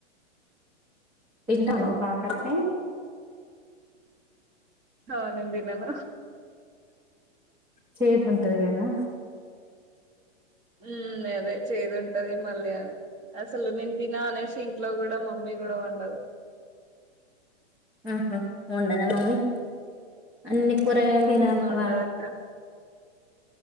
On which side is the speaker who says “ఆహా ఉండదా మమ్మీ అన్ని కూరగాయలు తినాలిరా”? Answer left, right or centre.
Centre